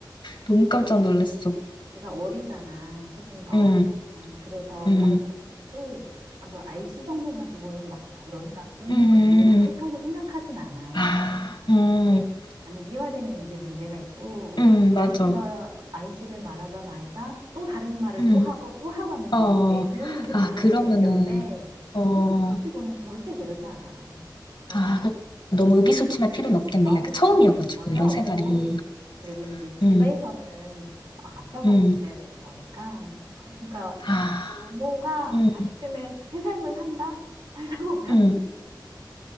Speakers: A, on the left (about 70°); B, on the right (about 70°).
A: 너무 깜짝 놀랐어.
B: 제가 어리잖아. 서준이가
A: 음,
B: 어리잖아. 그래서
A: 음,
B: 다른 부모도 그걸 IC 정도 가지고는 막 저런 나쁜,
A: 음,
B: 막 이렇게까지 생각하진 않아.
A: 아,
B: 근데
A: 음,
B: 그게 장기화되면 이제 문제가 있고,
A: 음, 맞아.
B: IC더, 이씨를 말하던 아이가 또 다른 말을
A: 음,
B: 또 하고 또 하고 하면 이제
A: 어,
B: 쟤는 이제 묻어버리는
A: 아, 그러면은,
B: 건데,
A: 어,
B: 한 번 가지고는 절대 그러지 않아. 그러니까.
A: 아, 그- 너무 의기소침할 필요는 없겠네.
B: 아우,
A: 약간 처음이어가지고,
B: 그럴 필요 전혀
A: 이런
B: 없고.
A: 생활이.
B: 그리고 이제 집에서는
A: 응,
B: 아, 아빠가
A: 응.
B: 고쳐야 되는 거니까. 그러니까
A: 아,
B: 부모가
A: 응,
B: 자식 때문에 새 삶을 산다? 살다 보면
A: 응.
B: <laughs>